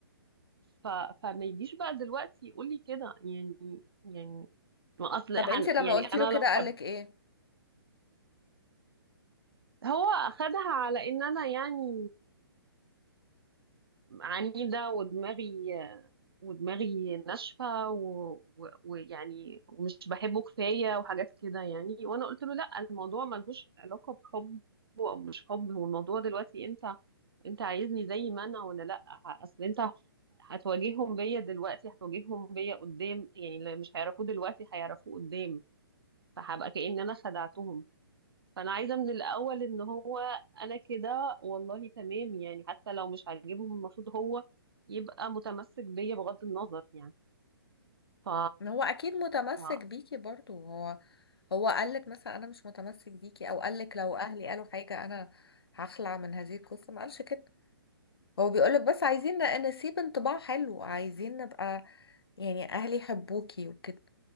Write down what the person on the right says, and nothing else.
ف فما يجيش بقى دلوقتي يقول لي كده يعني يعني ما اصل
هن...
يعني
انا
لو خب...
هو اخدها على ان انا يعني عنيدة ودماغي ودماغي ناشفة و- و- ويعني ومش بحبه كفاية وحاجات كده يعني وأنا قلت له لأ الموضوع ملهوش علاقة بحب أو مش حب هو الموضوع دلوقتي أنت أنت عايزني زي ما أنا ولا لأ ه- أصل أنت هتواجههم بيا دلوقتي هتواجههم بيا قدام يعني اللي مش هيعرفوه دلوقتي هيعرفوه قدام فهبقى كأن أنا خدعتهم فانا عايزه من الاول ان هو انا كده والله تمام يعني حتى لو مش عاجبهم المفروض هو يبقى متمسك بيا بغض النظر يعني ف,
ف...